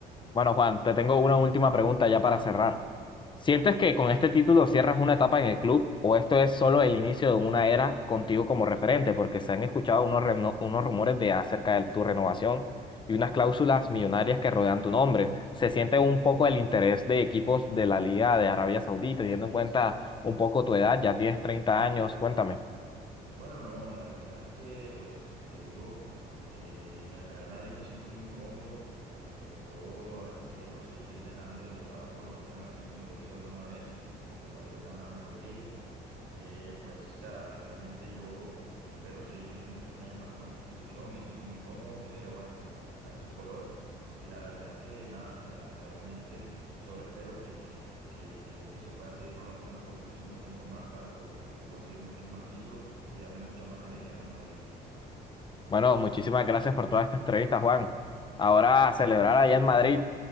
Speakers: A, on the left; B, on the right.
A: Bueno, Juan, te tengo una última pregunta ya para cerrar. ¿Sientes que con este título cierras una etapa en el club o esto es solo el inicio de una era contigo como referente? Porque se han escuchado unos, reno- unos rumores de acerca de tu renovación y unas cláusulas millonarias que rodean tu nombre. ¿Se siente un poco el interés de equipos de la Liga de Arabia Saudí, teniendo en cuenta un poco tu edad? Ya tienes treinta años, cuéntame.
B: Bueno, no, la verdad es que, pues, te digo, eh, en el Real Madrid me siento muy cómodo. Este, pues yo eh, quiero seguir dejando el legado colombiano aquí, como lo hizo alguna vez mi compatriota James Rodríguez. Eh, pues, o sea, realmente yo espero seguir muchos años más con esta institución. Me siento muy cómodo, me debo a estos, a estos colores. Y la verdad es que nada, o sea, realmente solo espero que, que, que, que esto se pueda seguir prolongando por muchísimo tiempo más para poder conseguir muchos más títulos y darle mucho más alegría a los madridistas.
A: Bueno, muchísimas gracias por toda esta entrevista, Juan. Ahora a celebrar allá en Madrid.